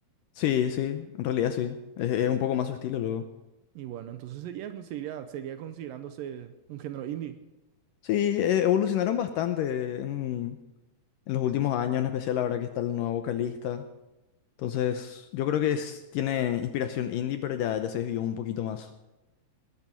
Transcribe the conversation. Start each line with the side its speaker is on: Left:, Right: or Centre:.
Left: Sí, sí, en realidad sí. Es, es un poco más su estilo luego.
Right: Y bueno, entonces sería, seguiría, seguiría considerándose un género indie.
Left: Sí, eh, evolucionaron bastante en, en los últimos años, en especial ahora que está el nuevo vocalista. Entonces, yo creo que es, tiene inspiración indie, pero ya, ya se desvió un poquito más.